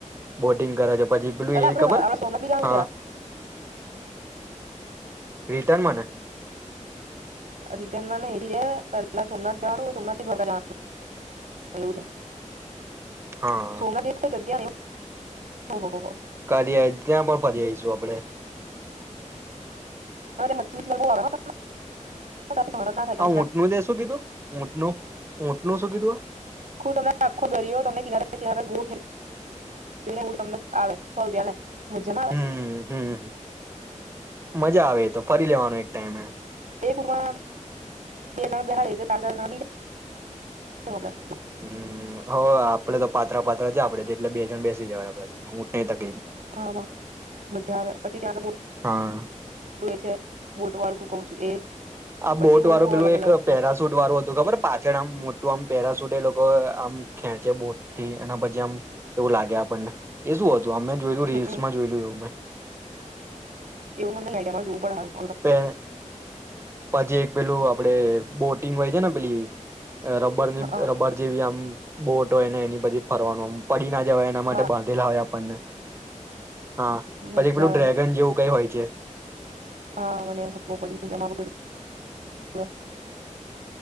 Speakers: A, on the right; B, on the right.
A: બોટિંગ કરે છે પછી પેલું
B: એલા
A: એ
B: આપડે
A: ખબર
B: આપડે સોનું બીજનું
A: હા
B: છે.
A: રિટર્ન માને?
B: રિટર્નમાં નહ જ પેલા સોમનાથ જવાનું સોમનાથ થી દોરકા જવાનું. એવું છે.
A: હા
B: સોમના દવ કોઈ જગ્યા ઓહ હો હો.
A: કા ત્યાં પણ ફરી આવીઈશું આપડણે.
B: હ મચછીની સ્લવા. <unintelligible> <unintelligible> નું આખું
A: આ ઊંટનું તે શું કીધું ઊંટનું ઊંટનું શું કીધું
B: તમને આખો દર્યો તમને કિનારે કિનારે ગોઠ એ હડ તમને આવે સો રૂપિયા લે. મજા ના આવે
A: હમ હમ. મજા આવે તો ફરી લેવાનો એક ટાઈમે.
B: એ કમાં તેના બિહારીઓ તાલજાના થોડા.
A: હમ હો આપડે તો પાત્રા પાત્રા જ આપડે છે એટલે બે જણ બેસી જવાય, આપ હું ન ત
B: હા મજા આવે પછી ત બું
A: હા
B: છે. <unintelligible> બોટ વાળું તું કઉ છું એ.
A: આ
B: પછી
A: બોટ
B: બધું
A: વાળું
B: બહુ
A: પેલું
B: અલગ
A: એક
B: અલગ હોય.
A: પેરાસૂટ વાળું હતું ખબર પાછળ આમ મોટું આમ પેરાસૂટ એ લોકો આમ ખેંચે બોટ થી એ પછી આમ એવું લાગે આપણને એ શું હતું? તો અમે જોયલું રીલ્સમાં
B: હમમ
A: જોયલું એવું મેં.
B: એવું મને લડ્યા <unintelligible>
A: પે. પછી એક પેલું આપડે બોટિંગ હોય છે ને પેલી. રબરની
B: હા
A: રબર જેવી આમ બોટ. ને એની બધી ફરવાનું. ના જવાય એના માટે
B: હા
A: બાંધેલા હોય આપણને હા
B: મજા
A: પછી પેલું ડ્રેગન જેવું કઈ હોય છે.
B: આ મ હબ પ આમાજ.